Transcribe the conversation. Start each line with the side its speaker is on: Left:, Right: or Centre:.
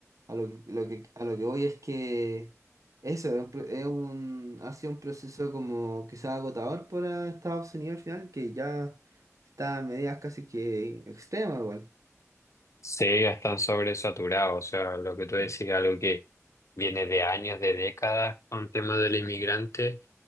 Right: A lo que, lo que- a lo que voy es que eso es un, pro- es un- ha sido un proceso como que sea agotador para Estados Unidos al final, que ya está a medidas casi que extremas igual.
Left: sí, ya están sobresaturados. O sea, lo que tú
Right: ¿no?
Left: decís, algo que viene de años, de décadas con temas del inmigrante.